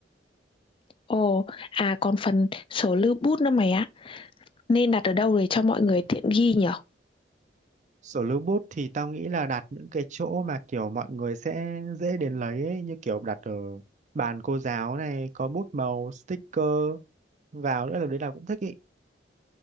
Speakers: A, on the left; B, on the right.
A: Ồ, à còn phần sổ lưu bút nữa mày ạ. Nên đặt ở đâu để cho mọi người tiện ghi nhở?
B: sổ lưu bút thì tao nghĩ là đặt những cái chỗ mà kiểu mọi người sẽ dễ đến lấy ấy như kiểu đặt ở bàn cô giáo này có bút màu sticker vào nữa là đấy là cũng thích ý